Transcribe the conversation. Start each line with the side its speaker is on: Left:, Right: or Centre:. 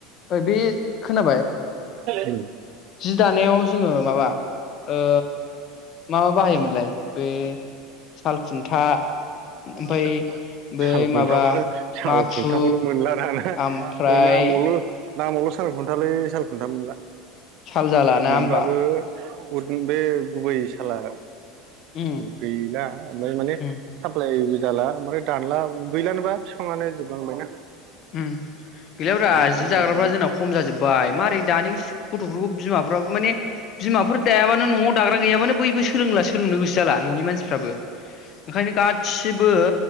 Left: ओइ बे खोनाबाय?
Right: उम
Left: जि दानायाव जोङो माबा ओ माबा बाहायोमोनलाय बे साल खुन्था
Right: साल
Left: ओमफ्राय बै
Right: खुन्थाखौनो
Left: माबा
Right: साल
Left: माखु
Right: खुन्थाखौनो मोनला दाना
Left: ओमफ्राय
Right: नामावल नामावल सालखुन्थालै सालखुनथा मोनला।
Left: साल जाला ना
Right: मोनबाबो
Left: होमबा
Right: <unintelligible> बे गुबै साला
Left: उम
Right: गैला ओमफ्राय माने
Left: उम
Right: साफ <unintelligible> जाला ओमफ्राय दानला गैलानोबा बिफाङानो जोबलांबायना।
Left: ओम गैलाब्रा
Right: साल बिफांफ्रा
Left: जि दाग्राफ्रा
Right: बिदिनो
Left: जोंना खम जाजोबबाय मारै दानि गथ'फोरखौ बिमाफ्राबो माने बिमाफोर दायाबानो नआव दाग्रा गैयाबानो बैबो सोलोंलासो सोलोंनो गोसो जाला न'नि मानसिफ्राबो ओंखायनो गासिबो